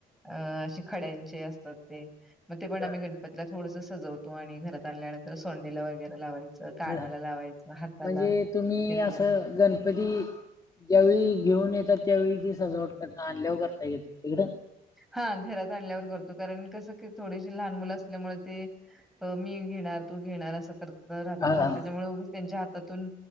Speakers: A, in the centre; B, on the left.
A: अ असे खड्यांचे असतात ते, मग ते पण
B: बर
A: आम्ही गणपतीला थोडसं सजवतो आणि घरात आणल्यानंतर सोंडेला वगैरे लावायचं, कानाला
B: हा
A: लावायचं. हाताला.
B: म्हणजे तुम्ही
A: येतं.
B: आसं गणपती, ज्यावेळी घेऊन येतात. त्या वेळी ती सजावट आणल्यावर करता येत इकडं.
A: हा घरात आणल्यावर करतो. कारणं कसं की, थोडीशी लहान मुल अस असल्यामुळं ते कणी मग ते मी घेणार, तू घेणार अस कर राहतात
B: हा
A: ना,
B: हा
A: त्याच्यामुळे उगीच त्यांच्या पाठोपाठ त्यातूनी